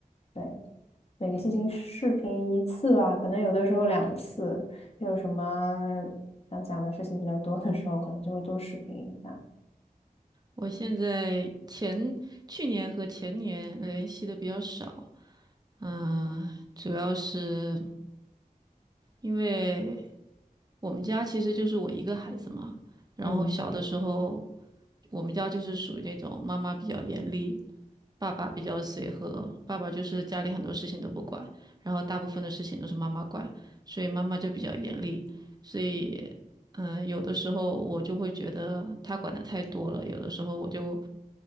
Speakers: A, on the left; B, on the right.
A: 对，每个星期视频一次吧，可能有的时候两次，有什么想讲的事情比较多的时候，可能就会多视频一下。
B: 我现在前去年和前年联系的比较少，嗯、主要是因为我们家其实就是我一个孩子嘛。然后小的时候，
A: 嗯
B: 我们家就是属于那种妈妈比较严厉，爸爸比较随和，爸爸就是家里很多事情都不管，然后大部分的事情都是妈妈管，所以妈妈就比较严厉。所以，嗯、有的时候我就会觉得他管的太多了，有的时候我就